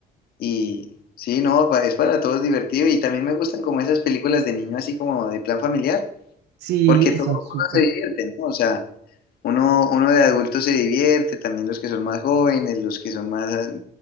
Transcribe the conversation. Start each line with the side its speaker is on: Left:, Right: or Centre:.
Left: Y sí, no, pa- es para todos divertido. Y también me gustan como esas películas de niño así como de plan familiar,
Right: Sí,
Left: porque todo
Right: son
Left: el
Right: súper,
Left: mundo se divierte, ¿no? O sea... Uno, uno de adultos se divierte, también los que son más jóvenes, los que son más, ah,